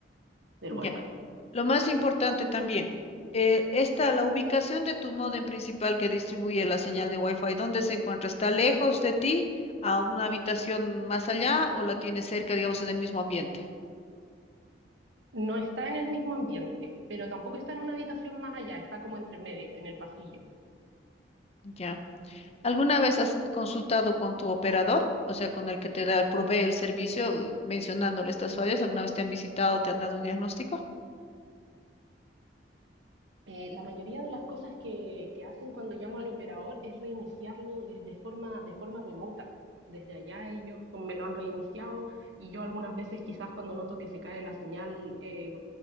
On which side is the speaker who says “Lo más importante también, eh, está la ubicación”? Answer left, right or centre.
Left